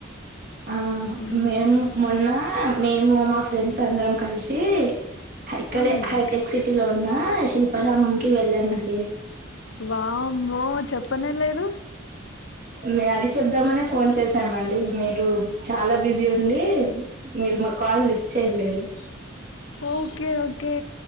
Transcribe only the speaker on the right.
ఆ
మేము మొన్న మేము మా ఫ్రెండ్స్ అందరం కలిసి ఇక్కడే
హైటెక్ సిటీ లో ఉన్న శిల్పారామంకి వెళ్లామండి
మే అది చెబుదామనే ఫోన్ చేసామండి మీరు చాలా బిజీ ఉండి మీరు మా కాల్ లిఫ్ట్ చేయలేరు